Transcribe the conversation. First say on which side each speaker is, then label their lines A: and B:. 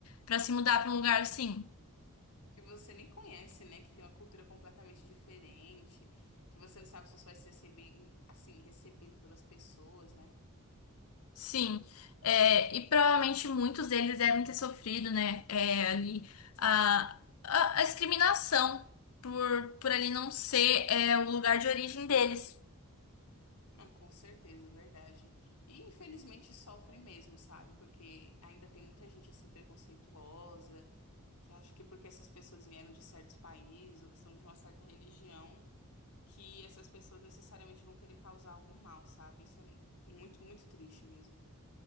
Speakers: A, on the left (about 70°); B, on the left (about 85°).
A: para se mudar para um lugar assim.
B: Que você nem conhece, né? Que tem uma cultura completamente diferente, que você não sabe se você vai ser bem, assim, recebido pelas pessoas, né?
A: Sim. É, e provavelmente muitos deles devem ter sofrido, né? é, ali a, a, a discriminação por, por ali não ser é, o lugar de origem deles.
B: Não, com certeza, é verdade. E infelizmente sofre mesmo, sabe? Porque ainda tem muita gente assim preconceituosa, que acha que porque essas pessoas vieram de certos países ou que são de uma certa religião, que essas pessoas necessariamente vão querer causar algum mal, sabe? Isso é mu- muito, muito triste mesmo.